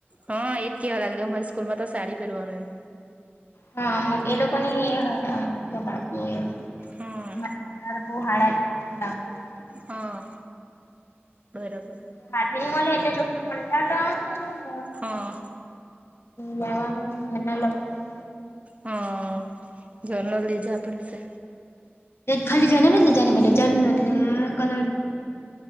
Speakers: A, on the right; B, on the left.
A: હા એજ કેવા લાગે અરી સ્કૂલ માં તો સાડી પહેરવાનું એમ
B: હા એ લોકોની <unintelligible>
A: હા
B: બહુ હાડા <unintelligible>
A: હા બરોબર
B: વાઢની મનેે તો ખંડા તો
A: હા
B: લેવાનું એના લગતું.
A: હા જન્મ લઈ જા પડેશે
B: ખાલી જનલ તો જના માટે જનરલ કલર